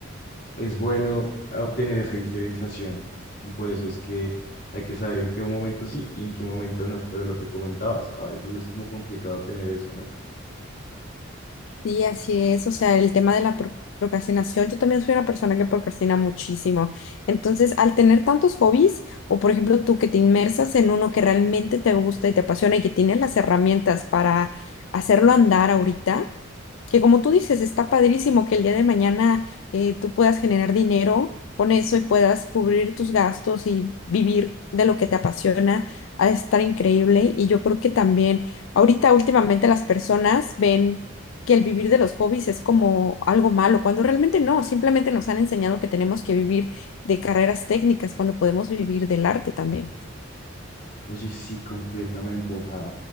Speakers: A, on the left (about 45°); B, on the left (about 70°).
A: es bueno obtener esa diferenciación y por eso es que hay que saber en qué momento sí y en qué momento no, pero lo que comentabas, a veces es como complicado tener eso, ¿no?
B: Sí, así es. O sea, el tema de la pro- procrastinación, yo también soy una persona que procrastina muchísimo. Entonces, al tener tantos hobbies, o por ejemplo tú que te inmersas en uno que realmente te gusta y te apasiona y que tienes las herramientas para hacerlo andar ahorita, que como tú dices, está padrísimo que el día de mañana eh, tú puedas generar dinero con eso y puedas cubrir tus gastos y vivir de lo que te apasiona, ha de estar increíble. Y yo creo que también ahorita últimamente las personas ven que el vivir de los hobbies es como algo malo, cuando realmente no, simplemente nos han enseñado que tenemos que vivir de carreras técnicas, cuando podemos vivir del arte también.
A: Oye, sí, completamente, o sea,